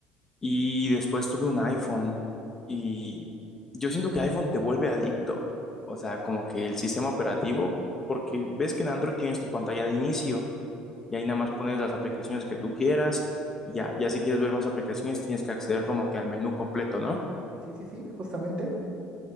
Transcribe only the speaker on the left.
y después tuve un iPhone y yo siento que iPhone te vuelve adicto, o sea, como que el sistema operativo, porque ves que en Android tienes tu pantalla de inicio y ahí
nada más pones las aplicaciones que tú quieras, y ya, ya si quieres ver más aplicaciones tienes que acceder como que al menú completo, ¿no?